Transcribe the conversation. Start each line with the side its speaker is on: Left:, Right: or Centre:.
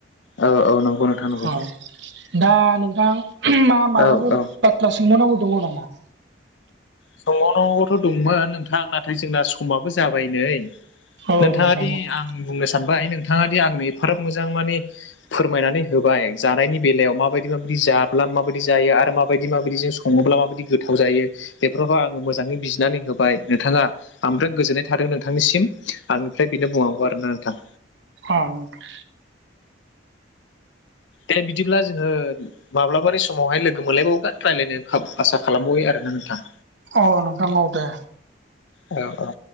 Left: औ औ नंगौ नोंथां। नंगौ
Right: अ' दा नोंथां मा माबाफोर
Left: औ औ
Right: बाथ्रा सोंबावनांगौ दङ नामा?
Left: सोंबावनांगौथ' दंमोन नोंथां नाथाय जोंना समाबो जाबाय नै।
Right: औ
Left: नोंथाङा
Right: नोंथां
Left: दि आं बुंनो सानबाय नोंथाङा दि आंनो एफाराब मोजां माने फोरमायनानै होबाय जानायनि बेलायाव माबायदि माबायदि जाब्ला माबायदि जायो आरो माबायदि माबायदि जों सङोब्ला माबायदि गोथाव जायो। बेफोरखौव आंनो मोजाङै बिजिरनानै होबाय नोंथाङा आं बिराद गोजोननाय थादों नोंथांनिसिम। आंनिफ्राय बिनो बुंनांगौ आरोना नोंथां।
Right: औ नोंथां।
Left: दा बिदिब्ला जोङो माब्लाबानि समावहाय लोगो मोनलायबावोब्ला रायलायनो खाबु आसा खालामबावयो आरोना नोंथां।
Right: औ नोंथां औ दे।
Left: औ ओ।